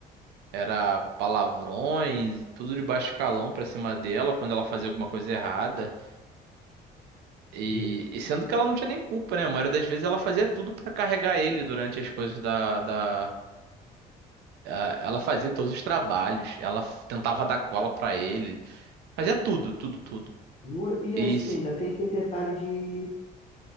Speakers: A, on the right; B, on the left.
A: Era palavrões e tudo de baixo calão pra cima dela quando ela fazia alguma coisa errada. E,
B: E,
A: e sendo que ela não tinha nem culpa, né? A maioria das vezes ela fazia tudo pra carregar ele durante as coisas da, da... ah, Ela fazia todos os trabalhos, ela f- tentava dar cola pra ele, fazia tudo, tudo, tudo.
B: e, o- e assim,
A: E, se-
B: ainda tem aquele detalhe de,